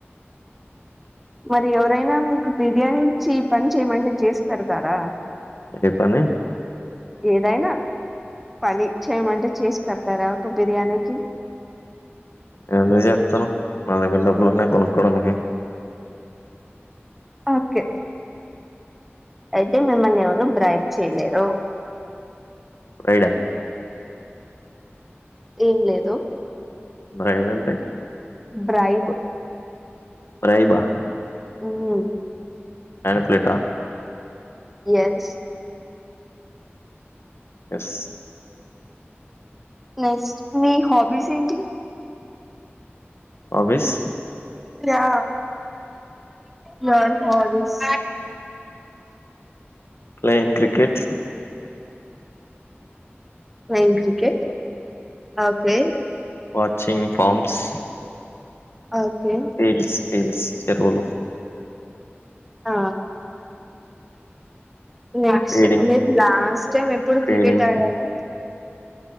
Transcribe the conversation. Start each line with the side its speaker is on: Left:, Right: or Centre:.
Centre: మరి ఎవరైనా మీీకు బిర్యానీ ఇచ్చి పని చేయమంటే చేసి పెడతారా
Left: ఏ పని
Centre: ఏదైనా పని చెయ్ అంటే చేసి పెడతారా ఒక బిర్యానీకి
Left: ఎందుకు చెప్తానవీ మా దగ్గర డబ్బులున్నా కొనుక్కోవడానికి
Centre: ఓకే అయితే మిమ్మల్ని ఎవరు బ్రైడ్ చేయలేరు
Left: బ్రైడ్ ఆ
Centre: ఏం లేదు
Left: బ్రైడ్ అంటే
Centre: బ్రైబ్
Left: బ్రైబ్ ఆ
Centre: ఉమ్
Left: మణిపులేట్ ఆ
Centre: ఎస్
Left: ఎస్
Centre: నెక్స్ట్ మీ హాబీస్ ఏంటి
Left: hobbies
Centre: yeah your hobbies
Left: playing cricket
Centre: playing cricket okay
Left: watching farms
Centre: okay
Left: fields fields చెరువులు
Centre: ఆ నెక్స్ట్
Left: ఫీడింగ్
Centre: మీరు లాస్ట్ టైం ఎప్పుడు
Left: ఫీడింగ్
Centre: క్రికెట్ ఆడారు